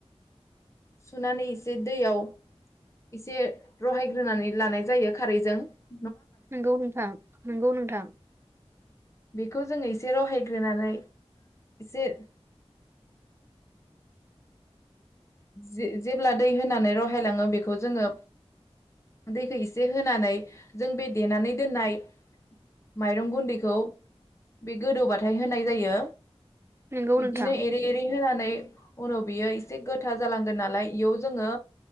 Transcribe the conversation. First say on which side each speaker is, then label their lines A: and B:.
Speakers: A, on the left; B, on the right.
A: सुनानै एसे दैयाव एसे रहायग्रोनानै लानाय जायो खारैजों ।
B: नंगौ नोंथां नंगौ नोंथां।
A: बेखौ जोङो एसे रहायग्रोनानै एसे जे जेब्ला दै होनानै रहायलाङो बेखौ जोङो दैखौ एसे होनानै जों बे देनानै दोननाय माइरं गुन्दैखौ बे गोदौबाथाय होनाय जायो।
B: नंगौ
A: बिदिनो
B: नोंथां
A: एरै एरै होनानै उनाव बियो एसे गोथा जालांगोन नालाय इयाव जोङो